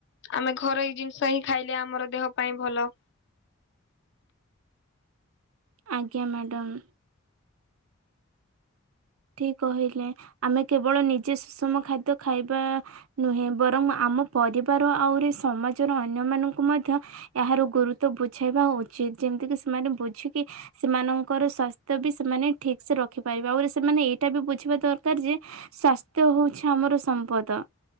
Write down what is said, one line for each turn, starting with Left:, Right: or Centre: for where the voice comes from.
Left: ଆମେ ଘରୋଇ ଜିନିଷ ହିଁ ଖାଇଲେ ଆମର ଦେହ ପାଇଁ ଭଲ।
Right: ଆଜ୍ଞା ମ୍ୟାଡାମ୍। ଠିକ କହିଲେ ଆମେ କେବଳ ନିଜେ ସୁଷମ ଖାଦ୍ୟ ଖାଇବା ନୁହେଁ ବରଂ ଆମ ପରିବାର ଆହୁରି ସମାଜର ଅନ୍ୟ ମାନଙ୍କୁ ମଧ୍ୟ ଏହାର ଗୁରୁତ୍ବ ବୁଝେଇବା ଉଚିତ। ଯେମତି କି ସେମାନେ ବୁଝିକି ସେମାନଙ୍କର ସ୍ୱାସ୍ଥ୍ୟ ବି ସେମାନେ ଠିକ ସେ ରଖିପାରିବେ। ଆଉରି ସି ସେମାନେ ଏଇଟା ବି ବୁଝିବା ଦରକାର ଯେ ସ୍ୱାସ୍ଥ୍ୟ ହଉଛି ଆମର ସମ୍ପଦ।